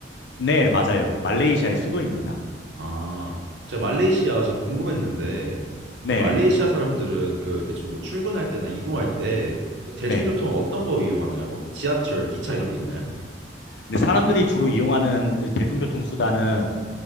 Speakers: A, on the left; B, on the right.
A: 네, 맞아요. 말레이시아의 수도입니다.
B: 아, 제가 말레이시아 제가 궁금했는데
A: 네네.
B: 그 말레이시아 사람들은 그 대충 뭐 출근할 때나 이동할 때그 대중교통
A: 네. 네.
B: 어떤 거 이용하나요? 뭐 지하철, 기차 이런 게 있나요?
A: 근데 사람들이 주로 이용하는 그 대중교통 수단은